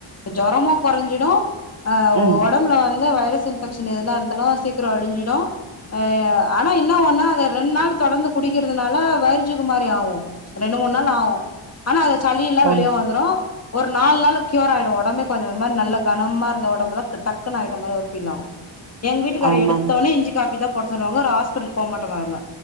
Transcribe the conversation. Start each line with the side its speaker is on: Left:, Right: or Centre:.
Left: அ ஜொரமு கொறஞ்சிடு ஆ
Right: ம்.
Left: ஒடம்புல வந் து வைரஸ் இன்பெக்ஷன் எதுனா இருந்தாலு சீக்கிரோ அழிஞ்சிடு ஆ ஆனா என்னா ஒன்னுனா அத ரெண்டு நாள் தொடர்ந்து குடி க்கறதுனால வயிறு சுகு மாரி ஆகு ரெண்டு மூணு நாள் ஆகு ஆனா அது சளி எல்லா
Right: போணும்.
Left: வெளிய வந்துரு ஒரு நாலு நாள்ல கியூர் ஆயிடு ஒடம்பே கொஞ்ச இது மாரி நல்ல கனமா இருந்த ஒடம்பல்லா க் டக்குனு ஆயிட்ட மாரி ஒரு ஃபீல் ஆகு. எங்க வீட்டுக்கார்ரு
Right: ஆமாங்க.
Left: எடுத்தவுட்னே இஞ்சி காஃபிதா போட சொல்லுவாங்க ஒரு ஹாஸ்பிட்டலுக்கு போக மாட்டாங்க அவுங்க